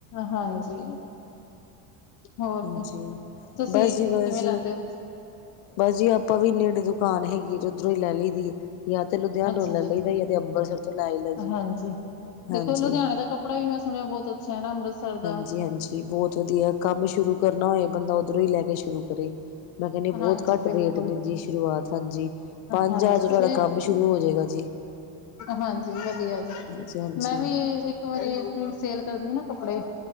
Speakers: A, on the left; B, on the left.
A: ਹਾਂਜੀ, ਹੋਰ
B: ਹਾਂਜੀ।
A: ਤੇ ਤੁਸੀਂ
B: ਬਸ ਜੀ ਬਸ
A: ਕਿਵੇਂ ਲਾਦੇ ਹੋ?
B: ਬਸ ਜੀ ਆਪਾਂ ਵੀ ਇੰਨੇ ਇਡੀੇ ਦੁਕਾਨ ਹੈਗੀ, ਜਧਰੋਂ ਹੀ ਲੈ ਲਈ ਦੀ। ਯਾ ਤੇ ਲੁਧਿਆਣਾ
A: ਅੱਛਾ
B: ਰੋ ਲੈ
A: ਜੀ
B: ਲਈਦਾ, ਤੇ ਅੰਮਰਤਸਰ ਤੋਂ ਲੈ ਲੈ ਜੀ
A: ਹਾਂਜੀ।
B: ਹਾਂਜੀ।
A: ਦੇਖੋ ਲੁਧਿਆਣੇ ਦਾ ਕੱਪੜਾ ਵੀ ਮੈਂ ਸੁਣਿਆ ਬਹੁਤ ਅੱਛਾ ਹੈ ਨਾ,
B: ਹਾਂਜੀ,
A: ਦਾ
B: ਹਾਂਜੀ ਬਹੁਤ ਵਧੀਆ ਕੰਮ ਸ਼ੁਰੂ ਕਰਨਾ ਹੋਏ, ਬੰਦਾ ਉੱਧਰੋਂ ਹੀ ਲੈ ਕੇ ਸ਼ੁਰੂ ਕਰੇ। ਮੈਂ ਕਹਿੰਦੀ ਬਹੁਤ
A: ਹਾਂਜੀ
B: ਘੱਟ
A: ਬਿਲਕੁਲ।
B: ਰੇਟ ਨੇ ਜੀ ਸ਼ੁਰੂਆਤ ਹਾਂਜੀ ਪੰਜ
A: ਹਾਂਜੀ
B: ਹਜ਼ਾਰ ਚ ਤੁਹਾਡਾ
A: ਠੀਕ
B: ਕੰਮ ਸ਼ੁਰੂ ਹੋ ਜਾਏਗਾ ਜੀ।
A: ਹਾਂਜੀ ਵਧੀਆ ਜੀ
B: ਹਾਂਜੀ ਹਾਂਜੀ
A: ਮੈਂ ਵੀ ਇੱਕ ਵਾਰੀ ਸੇਲ ਕਰਦੀ ਐ ਨਾ ਕੱਪੜੇ